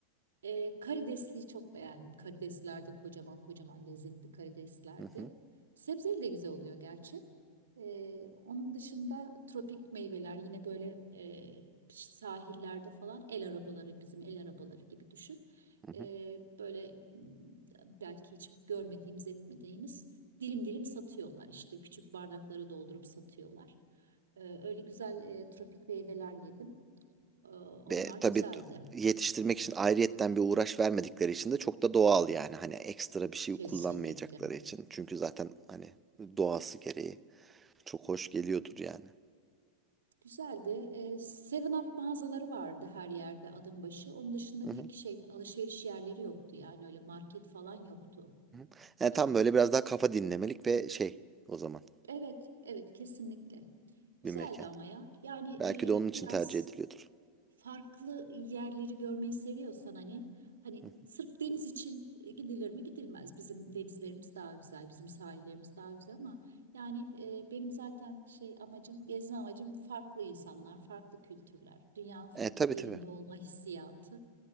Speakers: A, on the right (about 65°); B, on the right (about 15°).
A: E, karidesliği çok beğendim. Karideslerde kocaman kocaman lezzetli karideslerdi.
B: Hı hı,
A: Sebzeli de güzel oluyor gerçi. E, onun dışında tropik meyveler yine böyle e, sahillerde falan el arabaları bizim el arabaları gibi düşün.
B: hı hı.
A: E, böyle m, belki hiç görmediğimiz etmediğimiz dilim dilim satıyorlar işte küçük bardaklara doldurup satıyorlar. E, öyle güzel e, tropik meyveler yedim. E, onlar
B: Ve
A: güzeldi
B: tabii t- yetiştirmek için ayrıyetten bir uğraş vermedikleri için de çok da doğal yani. Hani ekstra bir şey
A: kesinlikle.
B: kullanmayacakları için. Çünkü zaten hani doğası gereği çok hoş geliyordur yani.
A: Güzeldi. E, Seven Up mağazaları vardı her yerde adım başı. Onun dışında
B: Hı
A: pek
B: hı,
A: şey alışveriş yerleri yoktu yani öyle market falan yoktu.
B: hı hı. Yani tam
A: E,
B: böyle biraz daha kafa dinlemelik ve şey o zaman
A: evet, evet kesinlikle. Güzeldi
B: bir mekan.
A: ama ya. Yani
B: Belki de onun
A: e,
B: için
A: biraz
B: tercih ediliyordur.
A: farklı yerleri görmeyi seviyorsan hani hani
B: Hı.
A: sırf deniz için e, gidilir mi? Gidilmez. Bizim denizlerimiz daha güzel, bizim sahillerimiz daha güzel ama yani e, benim zaten şey amacım, gezme amacım farklı insanlar, farklı kültürler, dünyanın farklı
B: E tabii
A: yerinde
B: tabii.
A: olma hissiyatı.